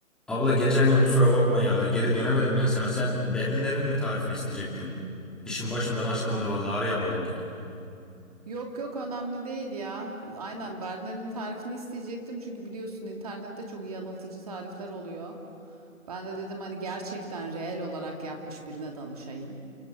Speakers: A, in the centre; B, on the right (about 25°).
A: Abla geçen gün kusura bakma ya. Geri dönemedim ben sana. Sen Berliner'in mi tarifini isteyecektin? İşin başımdan
B: Vallahi.
A: aşkındı vallahi arayamadım geri.
B: Yok yok önemli değil ya. Aynen Berliner'in tarifini isteyecektim. Çünkü biliyorsun internette çok yanıltıcı tarifler oluyor. Ben de dedim hani gerçekten reel olarak yapmış birine danışayım.